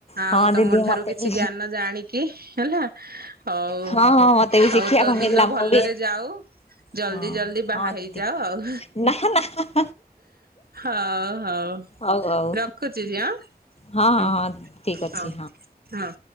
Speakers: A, on the right; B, on the left.
A: ଆଉ
B: ହଁ
A: ତମ
B: ଦିଦି
A: ଠାରୁ
B: ମତେ
A: କିଛି
B: ବି
A: ଜ୍ଞାନ ଜାଣିକି ହେଲା ହଉ
B: ହଁ ହଁ ମତେ। ଏତେ ବି
A: ହଉ
B: ଶିଖିବାକୁ
A: ତୋ ଦିନ
B: ମିଳିଲା
A: ଭଲରେ
B: ମୁଁ ବି
A: ଯାଉ ଜଲଦି
B: ହଁ
A: ଜଲଦି ବାହା
B: ହଁ
A: ହେଇଯାଅ
B: ଦିଦି
A: ଆଉ
B: ନାଁ ନାଁ
A: ହଉ ହଉ
B: ହଉ ହଉ
A: ରଖୁଛି ଝିଅ।
B: ହଁ
A: ହୁଁ
B: ହଁ ହଁ ଠିକ ଅଛି
A: ହଁ ହଁ